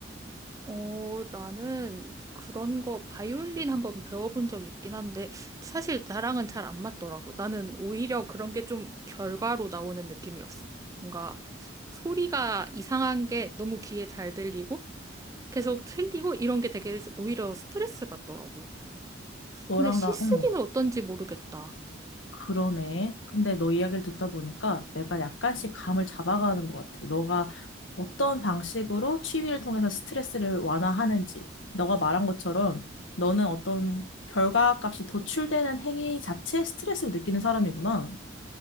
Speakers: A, on the right; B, on the left.
A: 어, 나는 그런 거 바이올린 한번 배워본 적이 있긴 한데 사실 나랑은 잘 안 맞더라고. 나는 오히려 그런 게 좀 결과로 나오는 느낌이었어. 뭔가 소리가 이상한 게 너무 귀에 잘 들리고 계속 틀리고 이런 게 되게 오히려 스트레스 받더라고.
B: 너랑
A: 근데 시쓰기는
B: 나, 어.
A: 어떤지 모르겠다.
B: 그러네. 근데 너 이야기를 듣다 보니까 내가 약간씩 감을 잡아가는 것 같아. 너가 어떤 방식으로 취미를 통해서 스트레스를 완화하는지. 너가 말한 것처럼 너는 어떤 결과값이 도출되는 행위 자체에 스트레스를 느끼는 사람이구나.